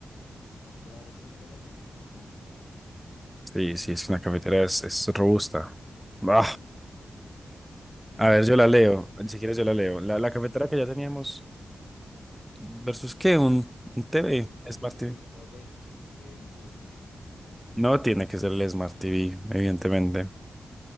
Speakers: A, on the left; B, in the centre.
A: La cafetera vale 100 dólares y la crema treinta y ocho Muy bien.
B: Sí, sí, es una cafetera,
A: Ujú.
B: es, es robusta. Ah,
A: Ahí está. La
B: a
A: cafetera
B: ver, yo la leo, ni siquiera yo la leo.
A: Smart
B: La, la cafetera
A: TV
B: que ya teníamos.
A: de LG.
B: ¿Versus qué? ¿Un, un TV?
A: Smart
B: Smart
A: TV
B: TV.
A: OLED de LG de 65 pulgadas.
B: No tiene que ser el Smart TV, evidentemente.